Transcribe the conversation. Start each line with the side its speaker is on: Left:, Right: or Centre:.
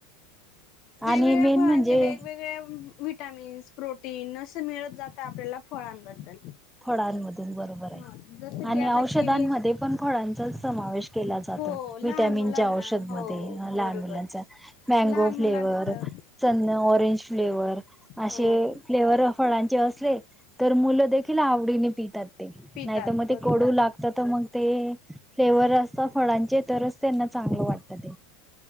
Left: वेगवेगळ्या
Centre: आणि मेन
Left: फळांचे
Centre: म्हणजे
Left: वेगवेगळ्या विटामिन्स, प्रोटीन, मिळत जातात आपल्याला फळांबद्दल,
Centre: फळांमधून बरोबर आहे
Left: हो जसं
Centre: आणि
Left: की आता
Centre: औषधांमध्ये
Left: किवी
Centre: पण फळांचा समावेश.... केला जातो
Left: हो लहान
Centre: विटॅमिनच्या
Left: मुलांना
Centre: औषध
Left: हो
Centre: मध्ये लहान
Left: बरोबर
Centre: मुलांचा मॅगो
Left: लहान
Centre: फ्लेवर,
Left: मुलांना तर
Centre: स् ऑरेंज... फ्लेवर असे
Left: हो
Centre: फ्लेवर फळांचे असले तर मुलं देखील, देखील आवडीने पितात ते
Left: पितात
Centre: नाहीतर, मग
Left: बरोबर
Centre: ते कडू लागत तर मग, ते फ्लेवर असत फळांचे तरच त्यांना चांगलं वाटत ते,